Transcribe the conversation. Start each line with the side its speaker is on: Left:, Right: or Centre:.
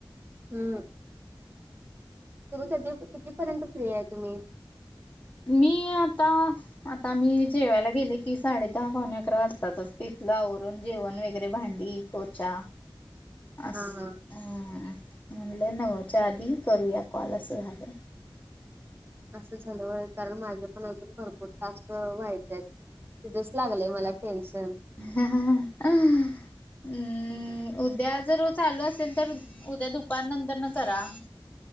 Right: हम्म तुम्ही कधी, कितीपर्यंत फ्री आहे तुम्ही?
Left: मी आता आता मी जेवायला गेले की साडे दहा, पावणे अकरा वाजताच तिथलं आवरून जेवण वगैरे भांडी पोछा
Right: <unintelligible>
Left: अस
Right: हा हा
Left: अ म्हणले नऊच्या आधी करूया कॉल असं झालं.
Right: असं झालं होय कारण माझे पण अजून भरपूर टाॅस्क व्हायचे आहेत. तिथचं लागलंय मला टेन्शन
Left: ह ह ह. हम् उद्या जर चालू असेल तर उद्या दुपार नंतर न करा.